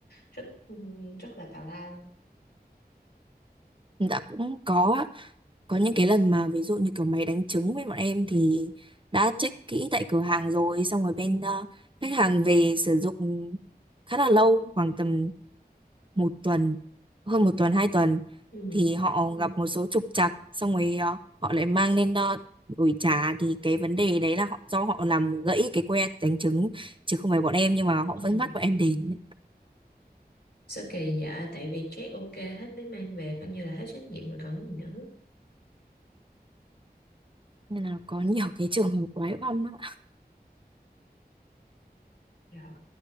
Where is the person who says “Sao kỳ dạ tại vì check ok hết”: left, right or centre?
Left